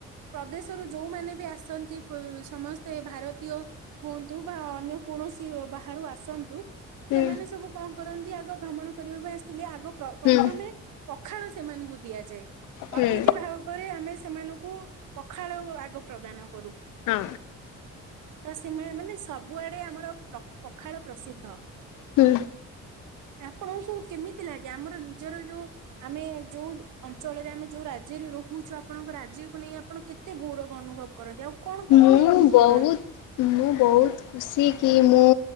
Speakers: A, on the right; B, on the left.
A: ପ୍ରଦେଶରୁ ଯୋଉମାନେ ବି ଆସନ୍ତି ପ୍ର ସମସ୍ତେ ଭାରତୀୟ ହୁଅନ୍ତୁ ବା ଅନ୍ୟ କୋଣସି ବାହାରୁ ଆସନ୍ତୁ
B: ହୁଁ
A: ସେମାନେ ସବୁ କଁ କରନ୍ତି ଆଗ ଭ୍ରମଣ କରିବାକୁ ଆସିଥିଲେ ଆଗ ପ୍ର ପ୍ରଥମେ
B: ହୁଁ
A: ପଖାଳ ସେମାନୁଙ୍କୁ ଦିଆଯାଏ।
B: ହୁଁ
A: ଅତିଥି ଭାବରେ ଆମେ ସେମାନଙ୍କୁ ପଖାଳ ବ ଆଗ ପ୍ରଦାନ କରୁ।
B: ହଁ।
A: ତ ସେମାନେ ମାନେ ସବୁଆଡେ ଆମର ପ୍ର ପଖାଳ ପ୍ରସିଦ୍ଧ।
B: ହୁଁ।
A: ଆପଣଙ୍କୁ କେମିତି ଲାଗେ ଆମର ନିଜର ଯୋଉ ଆମେ ଯୋଉ ଅଞ୍ଚଳରେ ଆମେ ଯୋଉ ରା ଜ୍ୟେରେ ରହୁଛୁ ଆପଣଙ୍କ ରାଜ୍ୟକୁ ନେଇ ଆପଣ କେତେ ଗୌରବ ଅନୁଭବ କରନ୍ତି ଆଉ କଣ କଣ
B: ମୁଁ
A: ପାଇଁ ଅନୁଭବ
B: ବହୁତ
A: କରନ୍ତି
B: ମୁଁ ବହୁତ ଖୁସି କି ମୁଁ